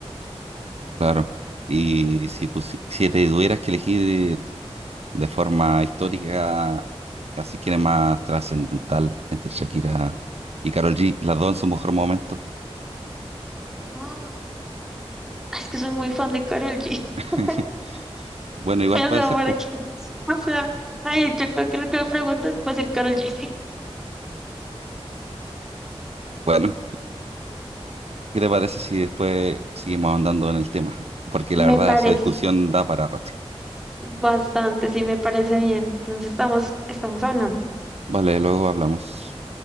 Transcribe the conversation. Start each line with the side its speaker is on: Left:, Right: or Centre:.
Right: Claro. Y si, pusi- si te tuvieras que elegir de forma histórica, así que era más trascendental entre Shakira y Karol G, las dos en su mejor momento.
Centre: Ah, es que soy muy fan de Karol G.
Right: <laughs>
Centre: <laughs>
Right: Bueno, igual
Centre: O
Right: puede
Centre: sea,
Right: ser,
Centre: para
Right: pues.
Centre: qué- <laughs> O sea, ay, yo creo que lo que me preguntas va a ser Karol G.
Right: Bueno, ¿qué te parece si después seguimos andando en el tema? Porque
Centre: <laughs>
Right: la
Centre: Me
Right: verdad,
Centre: parece
Right: esa discusión da para rato.
Centre: bastante, sí, me parece bien. Entonces estamos, estamos hablando.
Right: Vale, luego hablamos.